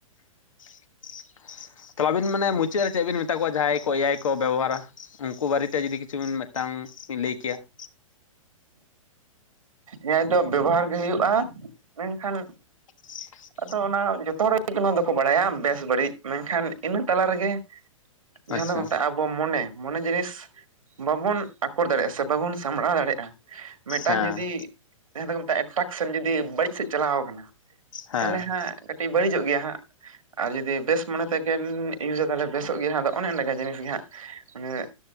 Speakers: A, on the left; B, on the right.
A: <inaudible> ᱛᱟᱞᱦᱮ ᱟᱵᱤᱱ ᱢᱟᱱᱮ ᱢᱩᱪᱟᱹᱫ ᱨᱮ ᱪᱮᱫ ᱵᱤᱱ ᱢᱮᱛᱟ ᱠᱚᱣᱟ ᱡᱟᱦᱟᱸᱭ ᱠᱚ ᱮᱭᱟᱭ ᱠᱚ ᱵᱮᱵᱚᱦᱟᱨᱟ ᱩᱱᱠᱩ ᱵᱟᱨᱮᱛᱮ ᱡᱩᱫᱤ ᱠᱤᱪᱷᱩ ᱢᱤᱫᱴᱟᱝ ᱞᱟᱹᱭ ᱠᱮᱭᱟ ᱾
B: ᱦᱮᱸ ᱫᱚ ᱵᱮᱵᱚᱦᱟᱨ ᱜᱮ ᱦᱩᱭᱩᱜᱼᱟ᱾ ᱢᱮᱱᱠᱷᱟᱱ
A: <inaudible>
B: ᱟᱫᱚ ᱚᱱᱟ ᱡᱚᱛᱚ ᱦᱚᱲ ᱜᱮ ᱱᱚᱣᱟ ᱫᱚᱠᱚ ᱵᱟᱰᱟᱭᱟ ᱵᱮᱥ ᱵᱟᱹᱲᱤᱡ ᱢᱮᱱᱠᱷᱟᱱ ᱤᱱᱟᱹᱜ ᱛᱟᱞᱟ ᱨᱮᱜᱮ ᱡᱟᱦᱟᱸ
A: ᱟᱪᱪᱷᱟ
B: ᱫᱚ ᱢᱮᱴᱟᱜ ᱟᱵᱽ ᱵᱚ ᱢᱚᱱᱮ ᱢᱚᱱᱮ ᱡᱤᱱᱤᱥ ᱵᱟᱵᱚᱱ ᱟᱠᱚᱨ ᱫᱟᱲᱮᱭᱟᱜᱼᱟ ᱥᱮ ᱵᱟᱵᱚᱱ ᱥᱟᱢᱵᱲᱟᱣ ᱫᱟᱲᱮᱭᱟᱜᱼᱟ ᱾ ᱢᱤᱫᱴᱟᱝ
A: ᱦᱮᱸ
B: ᱡᱩᱫᱤ ᱡᱟᱦᱟᱸ ᱫᱚᱠᱚ ᱢᱮᱛᱟᱜᱼᱟ ᱮᱴᱨᱟᱠᱥᱮᱱ ᱡᱩᱫᱤ ᱵᱟᱹᱲᱤᱡ ᱥᱮᱫ ᱪᱟᱞᱟᱣ ᱟᱠᱟᱱᱟ ᱾
A: ᱦᱮᱸ
B: ᱛᱟᱦᱚᱞᱮ ᱦᱟᱸᱜ ᱠᱟᱹᱴᱤᱡ ᱵᱟᱹᱲᱤᱡᱚᱜ ᱜᱮᱭᱟ ᱦᱟᱸᱜ ᱾ ᱟᱨ ᱡᱩᱫᱤ ᱵᱮᱥ ᱢᱚᱱᱮ ᱛᱮᱜᱮᱢ ᱤᱭᱩᱡᱟ ᱛᱟᱦᱚᱞᱮ ᱵᱮᱥᱚᱜ ᱜᱮᱭᱟᱫᱚ ᱚᱱᱮ ᱚᱱᱠᱟ ᱡᱤᱱᱤᱥ ᱜᱮ ᱦᱟᱸᱜ ᱾ ᱢᱟᱱᱮ